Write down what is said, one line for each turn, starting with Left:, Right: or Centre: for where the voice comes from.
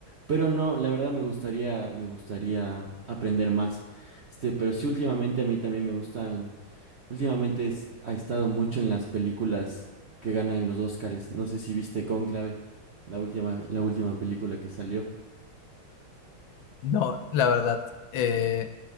Right: pero no, la verdad me gustaría, me gustaría aprender más. Este, pero sí, últimamente a mí también me gustan, últimamente es- ha estado mucho en las películas que ganan los Óscares. No sé si viste Cónclave, la última, la última película que salió.
Left: No, la verdad. eh,